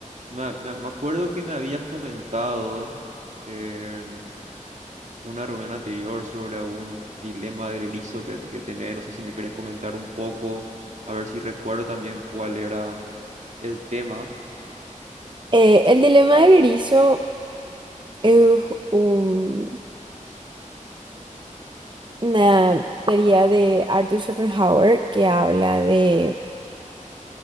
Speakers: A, on the right; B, on the right.
A: me, me- me acuerdo que me habías comentado en una reunión anterior sobre algún dilema del erizo que, que tenés, no sé si me querés comentar un poco, a ver si recuerdo también cuál era el tema.
B: Eh, el dilema del erizo es un- una teoría de Arthur Schopenhauer que habla de,